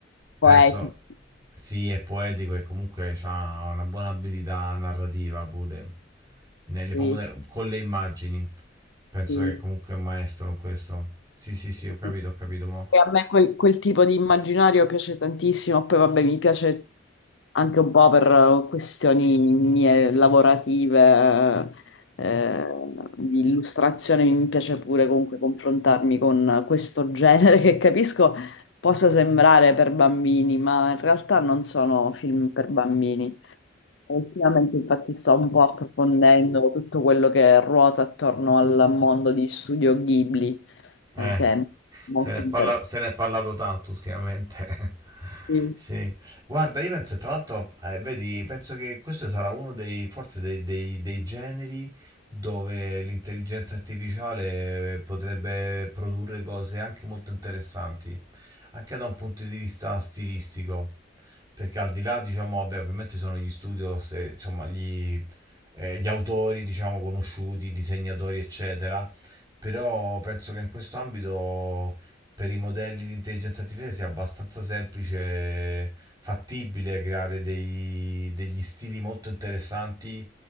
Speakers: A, on the right (about 20°); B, on the left (about 70°).
A: Penso...
B: poetici,
A: Sì, è poetico e comunque ha una buona abilità narrativa pure nelle-
B: sì,
A: proprio ne- con le immagini. Penso
B: sì,
A: che
B: sì.
A: comunque è un maestro in questo. Sì, sì,
B: Sì.
A: sì, ho capito, ho capito. Mo
B: E a me quel, quel tipo di immaginario piace tantissimo, poi vabbè mi piace anche un po' per eh, questioni mie lavorative, eh, di illustrazione, mi piace pure comunque confrontarmi con questo genere che capisco possa sembrare per bambini, ma in realtà non sono film per bambini. Ultimamente infatti sto un po' approfondendo tutto quello che ruota attorno al mondo di Studio Ghibli
A: Eh,
B: eh, che è molto
A: se ne è,
B: interessante.
A: parla- se ne è parlato tanto ultimamente. <laughs>
B: Sì,
A: Sì, guarda, io penso, tra l'altro, eh, vedi, penso che questo sarà uno dei, forse dei, dei- dei generi dove l'intelligenza artificiale potrebbe produrre cose anche molto interessanti, anche da un punto di vista stilistico, perché al di là, diciamo, vabbè, ovviamente ci sono gli studios, eh, insomma, gli, eh, gli autori, diciamo, conosciuti, disegnatori, eccetera, però penso che in questo ambito per i modelli di intelligenza artificiale sia abbastanza semplice, fattibile creare dei- degli stili molto interessanti.